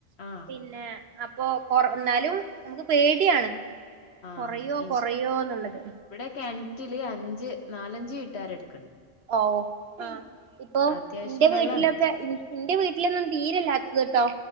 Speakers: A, on the left (about 65°); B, on the right (about 65°).
A: ആഹ്
B: പിന്നെ അ ബോക് കൊറ് ന്നാലും നമുക്ക് പേടിയാണ്
A: ആഹ്
B: കൊറയോ
A: ഇവ്
B: കൊറയോ എന്നുള്ളത്
A: ഇവിടെ കെൻറ്റില് അഞ്ച് നാലഞ്ച് വീട്ടുകാര് എട്
B: ഔ. ഇപ്പോ
A: അത്യാവശ്യം
B: ഇന്റെ
A: വെള്ളണ്ട്
B: വീട്ടിലൊക്കെ ഇന്റെ വീട്ടിലൊന്നും തീരെ ഇല്ലാത്തത് ട്ടോ